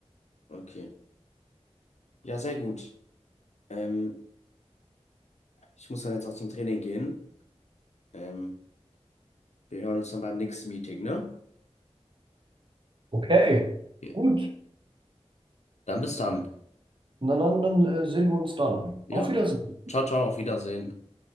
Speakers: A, on the left (about 85°); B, on the right (about 45°).
A: Okay. Ja, sehr gut. Ähm, ich muss dann jetzt auch zum Training gehen. Ähm, wir hören uns dann beim nächsten Meeting, ne?
B: Okay,
A: Okay.
B: gut.
A: Dann bis dann.
B: Na dann, dann äh, sehen wir uns dann.
A: Ja.
B: Auf Wiedersehen.
A: Ciao, ciao, auf Wiedersehen.